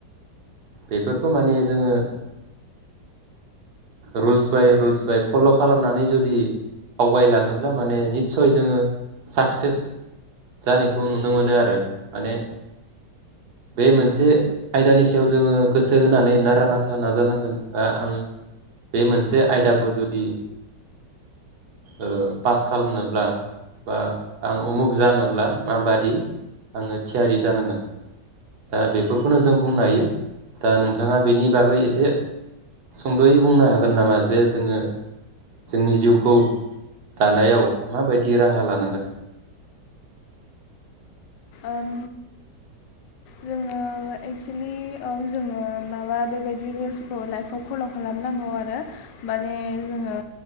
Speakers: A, on the right; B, on the left.
A: बेफोरखौ माने जोङो रुल्स बाय रुल्स बाय फल' खालामनानै जुदि आवगायलाङोब्ला माने निस्सय जोङो साक्सेस जानायखौ नुनो मोनो आरो माने बे मोनसे आयदानि सायाव जोङो गोसो होनानै नारा नाथा नाजानांगोन बा आङो बे मोनसे आयदाखौ जुदि ओ पास खालामनोब्ला बा आं उमुक जानोब्ला माबादि आङो थियारि जानांगोन दा बेफोरखौनो जों बुंनो हायो दा नोंथाङा बेनि बागै एसे सुंदयै बुंनो हागोन नामा जे जोङो जोंनि जिउखौ दानायाव माबायदि राहा लानांगोन
B: उम जोङो एक्सलि औव जोङो माबा बेबायदि रुल्सखौ लाइफआव फल खालामनांगौ आरो माने जोङो